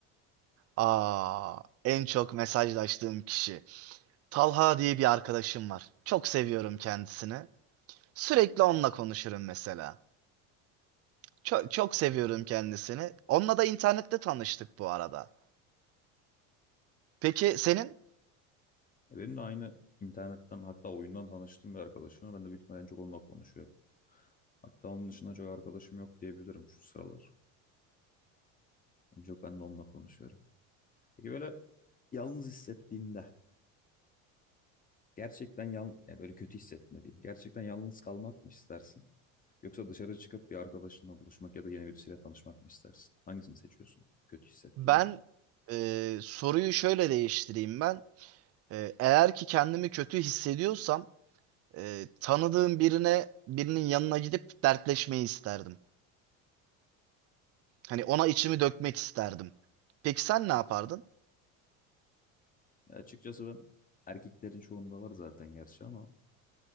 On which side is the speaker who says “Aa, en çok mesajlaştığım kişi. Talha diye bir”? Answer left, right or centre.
Right